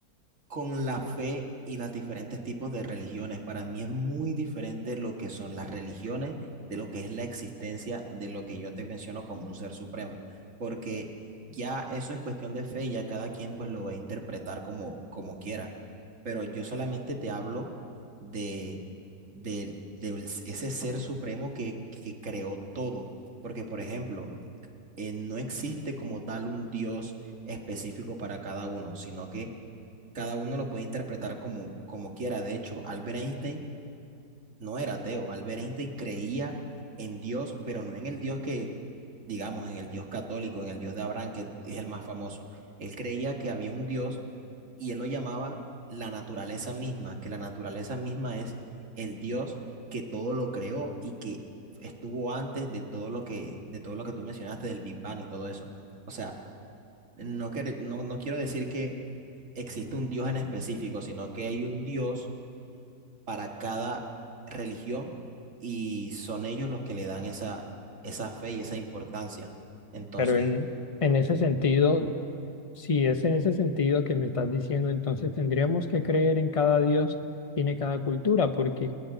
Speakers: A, on the right (about 55°); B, on the left (about 25°).
A: con la fe y los diferentes tipos de religiones. Para mí es muy diferente lo que son las religiones de lo que es la existencia de lo que yo te menciono como un ser supremo, porque ya eso es cuestión de fe y ya cada quien pues lo va a interpretar como, como quiera. Pero yo solamente te hablo de, de, de ese ser supremo que, que creó todo, porque por ejemplo, eh, no existe como tal un Dios específico para cada uno, sino que cada uno lo puede interpretar como, como quiera. De hecho, Albert Einstein no era ateo. Albert Einstein creía en Dios, pero no en el Dios que, digamos, en el Dios católico, en el Dios de Abraham, que es el más famoso. Él creía que había un Dios y él lo llamaba la naturaleza misma, que la naturaleza misma es el Dios que todo lo creó y que estuvo antes de todo lo que, de todo lo que tú mencionaste, del Big Bang y todo eso. O sea, no, quer- no, no quiero decir que existe un Dios en específico, sino que hay un Dios para cada religión y son ellos los que le dan esa, esa fe y esa importancia. Entonces,
B: pero en, en ese sentido, Si es en ese sentido que me estás diciendo, entonces tendríamos que creer en cada Dios, que tiene cada cultura, porque